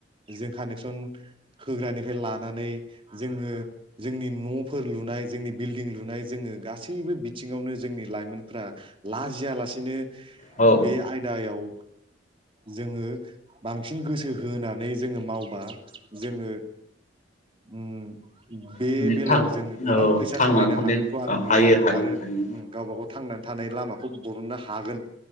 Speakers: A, on the right; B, on the left.
A: जों कानेकसन होग्रानिफ्राय लानानै जोङो जोंनि न'फोर लुनाय जोंनि बिल्डिं लुनाय जोङो गासैबो बिथिङावनो जोंनि लाइमोनफ्रा लाजिया लासेनो बे
B: औ
A: आयदायाव जोङो बांसिन गोसो होनानै जोङो मावबा जोङो उम बे
B: माने
A: बेलायाव
B: था
A: जोङो गोबां
B: औ
A: फैसा
B: थांनानै
A: खामायनो
B: थानो
A: हागोनखौ आं नुयो
B: हायो
A: आरो
B: हायो
A: आरो
B: हायो
A: उम गावबा गाव थांनानै थानाय लामाखौ बरननो हागोन